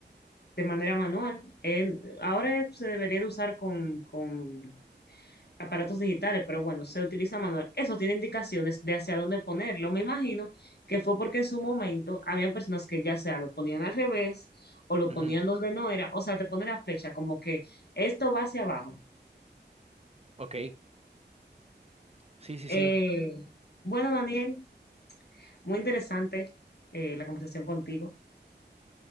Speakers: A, on the left; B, on the right.
A: de manera manual, eh, ahora se debería de usar con, con aparatos digitales, pero bueno, se utiliza manual. Eso tiene indicaciones de hacia dónde ponerlo. Me imagino que fue porque en su momento habían personas que ya sea lo ponían al revés o lo
B: Ujú,
A: ponían donde no era, o sea, te pone la flecha como que esto va hacia abajo.
B: Ok, sí, sí,
A: Eh,
B: sí.
A: bueno, Daniel, muy interesante eh, la conversación contigo.